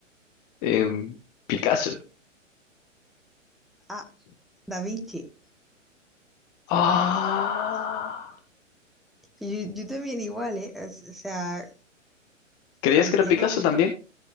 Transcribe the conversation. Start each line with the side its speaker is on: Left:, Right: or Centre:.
Left: Em, Picasso.
Centre: A. Da Vinci.
Left: Ah.
Centre: Yo, yo también igual, ¿eh? O s- o sea,
Left: ¿Creías
Centre: parecía
Left: que era Picasso
Centre: como... un-
Left: también?